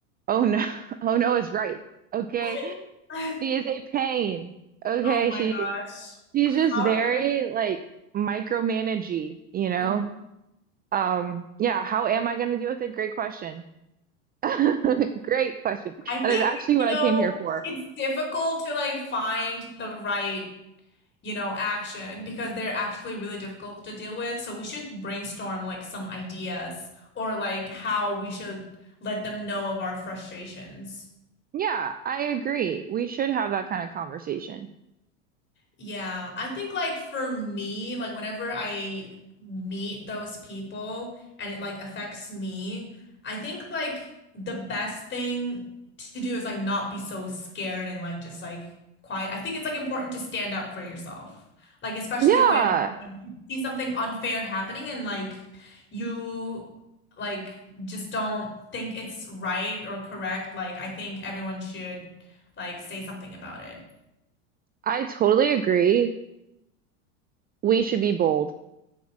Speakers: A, on the right (about 25°); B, on the left (about 30°).
A: Oh no, <laughs> oh no, it's right. Okay.
B: <laughs>
A: She is a pain. Okay,
B: Oh my
A: she
B: gosh.
A: she's
B: How
A: just very
B: are you gonna?
A: like micromanagey, you know?
B: Mm.
A: Um, yeah, how am I gonna deal with it? Great question. <laughs> Great question.
B: I think,
A: That is actually
B: you
A: what
B: know,
A: I came here for.
B: it's difficult to like find the right, you know, action because they're actually really difficult to deal with. So we should brainstorm like some ideas or like how we should let them know of our frustrations.
A: Yeah, I agree. We should have that kind of conversation.
B: Yeah, I think like for me, like whenever I meet those people and it like affects me, I think like the best thing to do is like not be so scared and like just like quiet. I think it's like important to stand up for yourself. Like especially
A: Yeah,
B: when you see something unfair happening and like you like just don't think it's right or correct. Like I think everyone should like say something about it.
A: I totally agree. We should be bold.